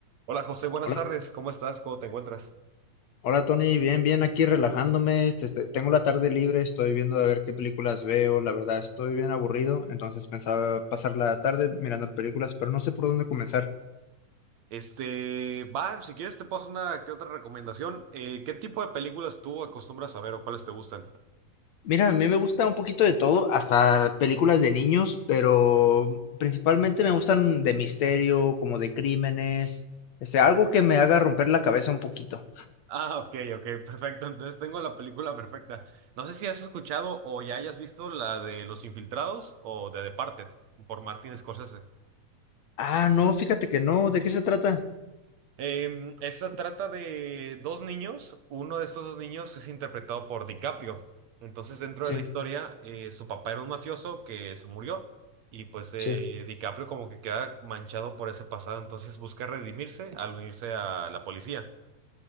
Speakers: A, on the right (about 65°); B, on the left (about 60°).
A: Hola José, buenas
B: Hola,
A: tardes. ¿Cómo estás? ¿Cómo te encuentras?
B: hola Tony, bien, bien, aquí relajándome. este, este, tengo la tarde libre, estoy viendo a ver qué películas veo. La verdad, estoy bien aburrido, entonces pensaba pasar la tarde mirando películas, pero no sé por dónde comenzar.
A: Este, va, si quieres te paso una que otra recomendación. Eh, ¿qué tipo de películas tú acostumbras a ver o cuáles te gustan?
B: Mira, a mí me gusta un poquito de todo, hasta películas de niños, pero principalmente me gustan de misterio, como de crímenes, este, algo que me haga romper la cabeza un poquito.
A: Ah, ok, ok, <laughs> perfecto. Entonces tengo la película perfecta. No sé si has escuchado o ya hayas visto la de Los Infiltrados o de Departed por Martin Scorsese.
B: Ah, no, fíjate que no, ¿de qué se trata?
A: Eh, esa trata de dos niños. Uno de estos dos niños es interpretado por DiCaprio. Entonces, dentro
B: Sí,
A: de la historia, eh, su papá era un mafioso que se murió y pues eh,
B: sí.
A: DiCaprio como que queda manchado por ese pasado. Entonces busca redimirse al unirse a la policía.